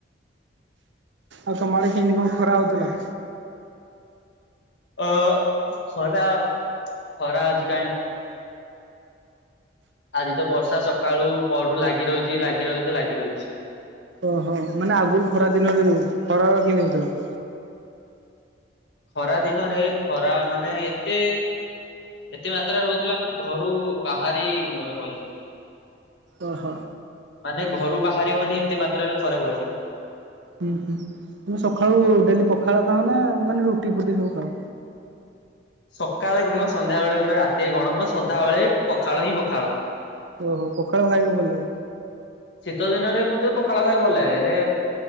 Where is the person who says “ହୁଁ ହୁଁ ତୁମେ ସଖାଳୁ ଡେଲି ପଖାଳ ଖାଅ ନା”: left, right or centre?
Right